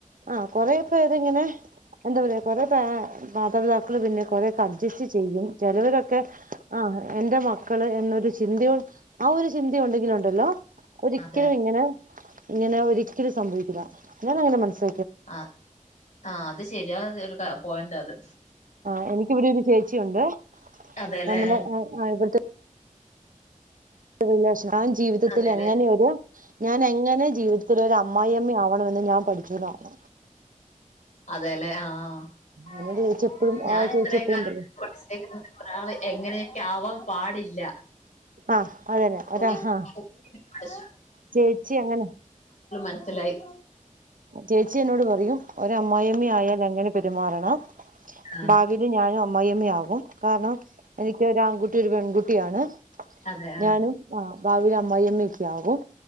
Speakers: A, on the right (about 80°); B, on the left (about 65°).
A: ആ കൊറെ പേര് ഇങ്ങനെ എന്താ പറയാ കൊറെ പാ കുറെ മാതാപിതാക്കൾ പിന്നെ കുറേ അഡ്ജസ്റ്റ് ചെയ്യും ചെലവര് ഒക്കെ ആ എന്റെ മക്കൾ ന്നൊരു ചിന്ത യോ ആ ഒരു ചിന്തയുണ്ടങ്കിൽ ഉണ്ടല്ലോ ഒരിക്കലും
B: അതെ
A: ഇങ്ങനെ- ഇങ്ങനെ ഒരിക്കലും സംഭവിക്കില്ല. ഞാനങ്ങനാ മനസി
B: ആ ആ അത് ശരി അത് <unintelligible> കാ പോയിന്റാ അത്.
A: ആ എനിക്കിവിടെയൊരു ചേച്ചിയൊണ്ട്.
B: അതെല്ലെ
A: നമ്മടെ ആ അയൽ വക്ക <unintelligible> ഞാൻ ജീവിതത്തിലെങ്ങനെ
B: അതെല്ലെ
A: ഒരു ഞാൻ എങ്ങനെ ജീവിതത്തിലൊരു അമ്മായിഅമ്മ ആവണമെന്ന് ഞാൻ പഠിച്ചതാണ്.
B: അതെല്ലേ ആ ആ
A: എന്നോട് ചേച്ചി എപ്പഴും
B: ഞാന്
A: ആ ചേച്ചി
B: ഇത്രേം
A: എപ്പഴും
B: കാലം
A: പറയും
B: <unintelligible> ക്കാവാൻ പാടില്ല
A: ആ അതന്നെ
B: അതിനെ
A: ഒര് ഹാ
B: പഠിച്ചു
A: ചേച്ചി അങ്ങനെ
B: നസിലായി
A: ചേച്ചി എന്നോട് പറയും ഒര് അമ്മായിയമ്മയാൽ എങ്ങനെ പെ രുമാറണം.
B: ആഹ്
A: ഭാവിയില് ഞാനും അ മ്മായിയമ്മ ആകും. കാരണം എനിക്ക് ഒരാൺകു രും പെൺകുട്ടിയാണ്.
B: അതെ ആഹ്
A: ഞാനും ആ ഭാവിയിൽ അമ്മായിയമ്മയൊക്കെ ആവും.